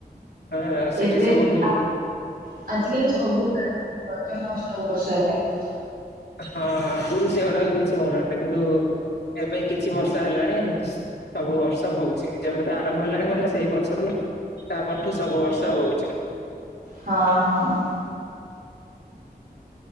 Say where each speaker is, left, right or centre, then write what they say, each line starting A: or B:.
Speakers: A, on the left; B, on the right.
A: ହଁ ସେଠି
B: ଏବେ
A: ସବୁ ମି
B: ଆ- ଆଜିକାଲି ସବୁ ଗାଁ ରେ ରଜ ମହୋତ୍ସବ କରିସାରିଲେଣି।
A: ହଁ ଆଗରୁ ସେଗୁଡାକ କିଛି ହଉନଥିଲା କିନ୍ତୁ ଏବେ କିଛି ବର୍ଷ ହେଲାଣି ସବୁ ବର୍ଷ ହଉଛି ଯେବେଠୁ ଆରମ୍ଭ ହେଲାଣି ମାନେ ସେଇ ବର୍ଷଠୁ ତା ପରଠୁ ସବୁ ବର୍ଷ ହଉଛି।
B: ହଁ ହଁ।